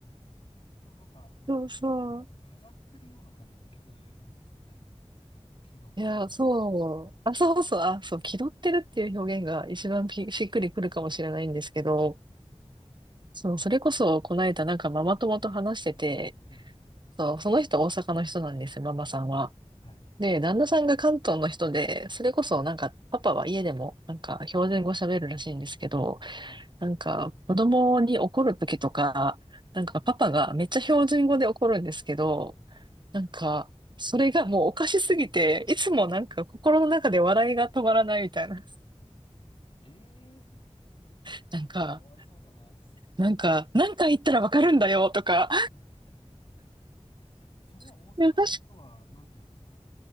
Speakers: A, on the left (about 50°); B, on the right (about 40°).
A: もうなんか、
B: <laughs>
A: なんだ、
B: そうそう。
A: 飾飾ってるような感じに聞こえるんですかね。気取ってるというか。
B: いや、そう。あ、そうそう。あ、そう。気取ってるっていう表現が一番ぴしっくりくるかもしれないんですけど、
A: あ、
B: そう、それこそ、この間なんかママ友と話してて、
A: ええ、
B: そう、その人大阪の人なんですよ、ママさんは。
A: はい、はい、
B: で、旦那さんが関東の人で、それこそなんか、パパは家でもなんか標準語喋るらしいんですけど、
A: はい。
B: なんか子供に怒るときとか、なんかパパがめっちゃ標準語で怒るんですけど、なんか、それがもうおかしすぎて、いつもなんか心の中で笑いが止まらないみたいな。
A: ええ、
B: <laughs> なんか、
A: ちょっとかわいそうだな。
B: なんか、何回言ったらわかるんだよとか、
A: え、それは大阪の人は、
B: <laughs> いや、確
A: なんて言うんですか